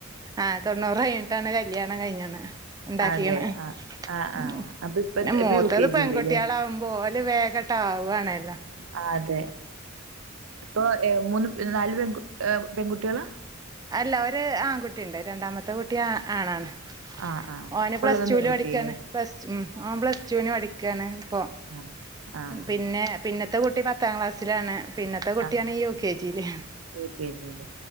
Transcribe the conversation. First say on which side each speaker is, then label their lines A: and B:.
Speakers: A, on the right (about 20°); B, on the right (about 70°).
A: ആ തൊണ്ണൂറ് കഴിഞ്ഞിട്ടാണ് കല്യാണം കഴിഞ്ഞണ് ഉണ്ടാക്കീണ്
B: അതെ ആഹ് ആഹ്
A: പിന്നെ
B: ആഹ് അപ്പൊ ഇപ്പ
A: മൂത്തത്
B: ഇപ്പൊ യു കെ
A: പെൺകുട്ടേളാവു
B: ജിയില് ല്ലേ
A: മ്പോല് വേകട്ടാവാണല്ലോ
B: ആ അതെ ഇപ്പൊ ഏ മൂന്ന് നാല് പെൺ ഏ പെൺ കുട്ടേളാ
A: അല്ലാ ഒര് ആൺകുട്ടിണ്ട് രണ്ടാമത്തെ കുട്ടി ആ ആണാണ്
B: ആഹ് ആഹ്
A: ഓന്
B: ഇപ്പ
A: പ്ലസ്
B: ഉള്ളതും
A: ടുല്
B: പെൺകുട്ടില്ലേ
A: പഠിക്കാണ് പ്ലസ് ഉം ഓൻ പ്ലസ് ടുന് പഠിക്കാണ് ഇപ്പൊ
B: അ ആഹ്
A: പിന്നെ പിന്നത്തെ കുട്ടി പത്താം ക്ലാസ്സിലാണ് പിന്നത്തെ കുട്ടിയാണ്
B: ആഹ്
A: യു കെ ജീല്
B: യു കെ ജിയില്